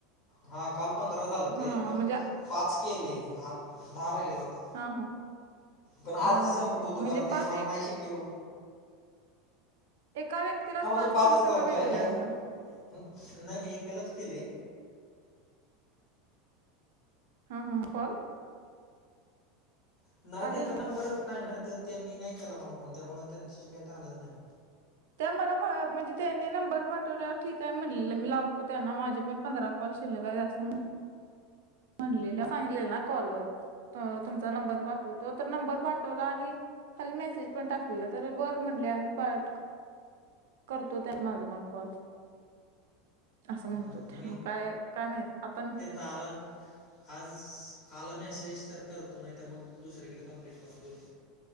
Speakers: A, on the left; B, on the right.
A: हा काल पंधरा झाल ते
B: हा
A: मग
B: म्हणजे
A: पाच केले आ दहा राहिलेत आता.
B: हा हा
A: पण आज
B: दहा
A: संपवतो
B: राहिले म्हणजे
A: कारण ते
B: पाच
A: मला
B: एक
A: नाही शक्य.
B: एका व्यक्तीलाच
A: हा म्हणजे
B: पाच
A: पाचच
B: केलं स
A: आता
B: कां वेगवेगळ्याना.
A: ह्या नाही नाही एकालाच केले.
B: हा हां कोण?
A: नाही
B: आलेला
A: त्यांचा नंबरच नाही ना त्यां त्यांनी नाही केला मला फोन त्यामुळे त्यांच्याशी काही झालंच नाही.
B: त्या मला म्हणजे त्यानी नंबर पाठवलेवर ठीक आहे म्हणलं मी लावतो त्यांना माझे पण पंधरा कॉल शिल काय असून म्हलेल्या सांगेना कॉलवर तर तुमचा नंबर पाठवतो तर नंबर पाठवला आणि खाली मेसेज पण टाकलेलं तर बरं म्हटले आम्ही पाट करतो त्यातना माझ पण कॉल असं म्हणत
A: हम्म,
B: होते मग काय काय माहिती आपण
A: ताला आज <unintelligible> आला मेसेज तर करतो नाही तर मग दुसरीकडे कंप्लीट करून घऊ.